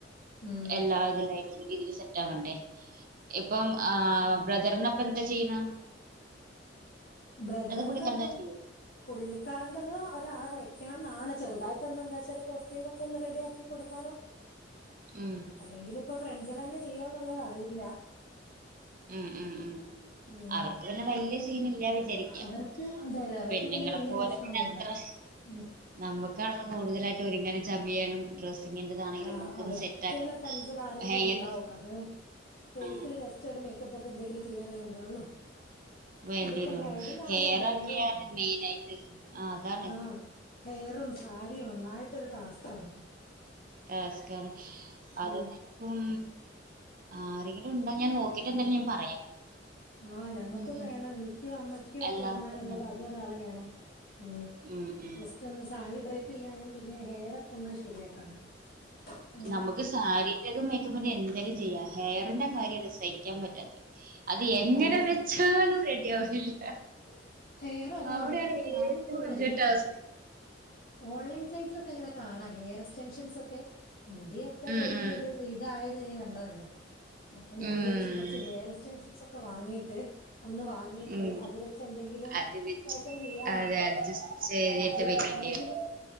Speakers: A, on the left (about 55°); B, on the right (about 50°).
A: ഉം
B: എല്ലാ ഇതിലറ്റ രീതിൽ സെറ്റ് ആവണ്ടേ ഇപ്പം
A: അതൊക്കെയാണ്
B: ആ
A: പ്രശ്നം
B: ബ്രദറിനപ്പ എന്താ ചെയ്യുന്ന
A: ബ്രദർന്ന്പ്പം
B: പുള്ളിക്കാരൻ തന്നെ ചെയ്യും
A: പുള്ളിക്കാരണ്ടത് ഒരാളെ വെക്കണം എന്നാണ് ചെറുതായിട്ട്ന്നന്ത എന്താ വെച്ചാൽ കോസ്റ്റ്യൂം ഒക്കെ ഒന്ന് റെഡിയാക്കി കൊടുക്കാനും
B: ഉം
A: അല്ലെങ്കിൽ ഇപ്പൊ ഫ്രണ്ട്സൽ തന്നെ ചെയ്യുവന്നുള്ളത് അറിയില്ല
B: ഉം ഉം ഉം
A: ഉം
B: അവർക്ക് പിന്നെ വലിയ സീൻ ഇല്ല വിചാരിക്കാം
A: അവർക്ക് അതെ അതെ അവർക്ക്
B: പെണ്ണുങ്ങളെ
A: പിന്നെ വല്യ
B: പോലെ
A: പ്രശ്നമൊന്നുമില്ല.
B: അത്ര
A: ഉം.
B: നമ്മുക്കണ കൂടുതലായിട്ട് ഒരുങ്ങനും ചമയാനും ഡ്രസ്സിങ്ങിന്റെതാണെങ്കിലും
A: ആ
B: ഒക്കെ
A: അതെനമുക്ക്
B: ഒന്ന് സെറ്റ് ആക്കണം
A: പിന്നെ ഫ്രണ്ട്സിൽ ആരെങ്കിലും
B: ഹെയർ
A: ഉണ്ടാവോ അത് ഫേസില്
B: ആ
A: ജസ്റ്റ് ഒരു മേക്കപ്പ് ഒക്കെ എന്തെങ്കിലും ചെയ്യാനല്ലേ ഉണ്ടാവുള്ളോ
B: വേണ്ടി
A: ഇതിപ്പോം
B: വരുള്ളൂ
A: ബ്രൈഡിന ആകുമ്പോ
B: ഹെയർ
A: ഹെയറും
B: ഒക്കെയാണ് മെയിൻ ആയിട്ട് ആ അതാണ്
A: ആഹ ഹെയറും സാരിയും ഒന്നായിട്ടരു ടാസ്ക് ആണ്
B: ടാസ്കാണ്
A: ആ
B: അതന്നപ്പം ആരെങ്കിലും ഉണ്ടോ ഞാൻ നോക്കിട്ട് എന്തായാലും ഞാൻ പറയാം
A: ആഹ് ഞങ്ങൾക്കും
B: ഉം ഉം
A: വേണം എനിക്കോ അമ്മയ്ക്കോ ഒക്കെ
B: എല്ലാർക്കും
A: ഒരുങ്ങാനുള്ളത്
B: വേണ്ട.
A: അതും ഒരാളെ വേണം ഉ
B: ഉം ഉം
A: ജസ്റ്റ് ഒന്ന് സാരി ഡ്രൈ്പ് ചെയ്യാനും പിന്നെ ഹെയർ ഒക്കെ ഒന്ന് ശരിയാക്കാനും അങ്ങനെ
B: നമുക്ക് സാരിൻ്റെ തും മേക്കപ്പിന്റെ എന്തേലും ചെയ്യാ ഹെയറിന്റെ കാര്യം സഹിക്കാൻ പറ്റാത്ത അത് എങ്ങനെ
A: അതെ
B: വെച്ചാലും റെഡി ആവില്ല
A: ഉം ഹെയർ അതാണ്
B: അവിടെയാണ്
A: ഞാനിപ്പോ
B: ഏറ്റവും വലിയ
A: എങ്ങനെ
B: ടാസ്ക്
A: ഓൺലൈൻ സൈറ്റിലൊക്കെ എങ്ങനെ കാണാം ഹെയർ എസ്റ്റൻഷൻസ് ഒക്കെ മുടിയൊക്കെ
B: ഉം
A: തൊഴിഞ്ഞൊരു
B: ഉം
A: ഇതായത് നീ കണ്ടതല്ലേ അപ്പൊ ഞാൻ
B: ഉം
A: വിചരിച്ച കുറ ഹെയർ എ്ട്രൻഷൻസ് ഒക്കെ വാങ്ങിട്ട് ഒന്ന് വാങ്ങിട്ട്
B: ഉം
A: അത് വെച്ച് എന്തെങ്കിലും
B: അത് വെച്ച്
A: ശേഷം ചെയ്യാന്ന്
B: അതെ അഡ്ജസ്റ്റ് ചെയ്തിട്ട്
A: അപ്പൊ അത് വെക്കണെങ്കില്
B: വെക്കേണ്ടി വരും